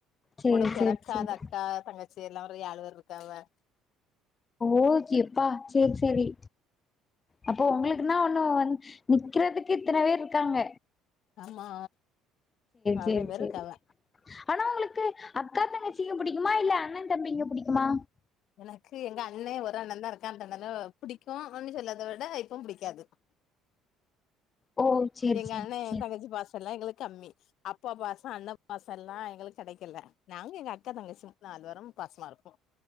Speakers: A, on the left; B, on the left.
A: சேரி
B: கூட பிறக்காத
A: சேரி சேரி
B: அக்கா தங்கச்சி எல்லா ஒரு ஏழுபேர் இருக்காவ
A: ஓகேப்பா செர் செரி அப்போ உங்களுக்குனா ஒண்ணு நிக்றதுக்கு இத்தன பேர்ருக்காங்க
B: ஆமா நெறைய
A: சேரி
B: பேர்
A: சேரி
B: இருக்காவ
A: ஆனா உங்களுக்கு அக்கா தங்கச்சிங்க புடிக்குமா இல்ல அண்ண தம்பிங்க புடிக்குமா
B: எனக்கு எங்க அண்ண ஒரு அண்ண தா இருக்கான்றனால புடிக்கு <unintelligible> சொல்லாத த இப்பவும் புடிக்காது
A: ஓ சேரி
B: எங்க
A: சேரி
B: அண்ணே
A: சேரி
B: என் தங்கச்சி பாசல்லா எங்களுக் கம்மி அப்பா பாசோ அண்ண பாசோலா எங்களுக் கெடைக்கல நாங்க எங்க அக்கா தங்கச்சி நால் பேரும் பாசமா இருப்போ